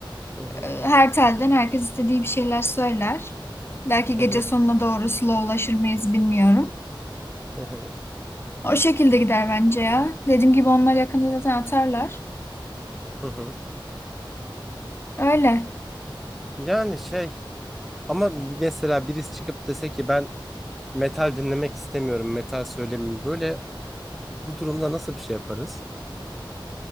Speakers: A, in the centre; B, on the left.
A: hı hı
B: E, her telden herkes istediği bir şeyler söyler. Belki
A: hı
B: gece
A: hı hı
B: sonuna doğru slowlaşır mıyız bilmiyorum.
A: hı hı.
B: O şekilde gider bence ya. Dediğim gibi onlar yakında zaten atarlar.
A: hı hı.
B: Öyle.
A: Yani şey ama mesela birisi çıkıp dese ki ben metal dinlemek istemiyorum. Metal söylemeyin. Böyle bu durumda nasıl bir şey yaparız?